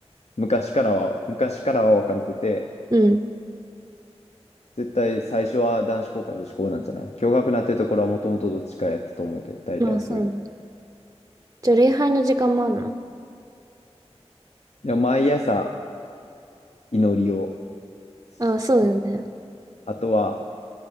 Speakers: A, on the left; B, on the right.
A: 昔からは、昔からは分かれてて、
B: うん。
A: 絶対最初は男子校か女子校なんじゃない共学なってところはもともとどっちかやったと思うで、大体そういうの。
B: まあそうね。じゃあ礼拝の時間もあんの
A: いや、毎朝祈りを、すい
B: あ、そうよね。
A: あとは